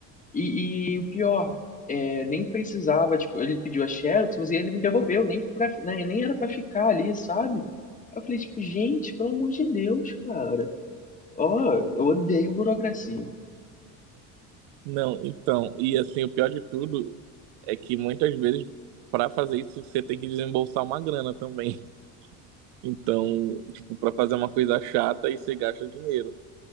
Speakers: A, on the left; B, on the right.
A: E, e o pior, é, nem precisava, tipo, ele pediu a Xerox, mas ele me devolveu, nem, pra, nem, nem era pra ficar ali, sabe? Eu falei, tipo, gente, pelo amor de Deus, cara. Ó, eu odeio burocracia.
B: Não, então, e assim, o pior de tudo é que muitas vezes, pra fazer isso, você tem que desembolsar uma grana também. Então, tipo, pra fazer uma coisa chata, aí você gasta dinheiro.